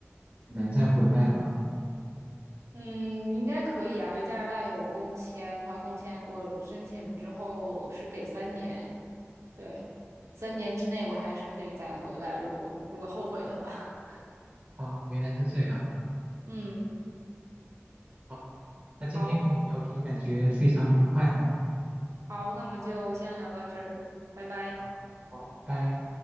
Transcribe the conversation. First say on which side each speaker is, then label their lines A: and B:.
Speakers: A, on the right; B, on the right.
A: 很难再回来了。
B: 嗯，应该可以啊，因为加拿大有工签，他工签我申请之后是给三年，对，三年之内我还是可以再回来，如果如果后悔的话，
A: 哦，原来是这样。
B: <laughs> 嗯，
A: 好，那今天跟你聊天感觉非常愉快呢。
B: 好。好，那我们就先聊到这儿，拜拜。
A: 啊好，拜拜。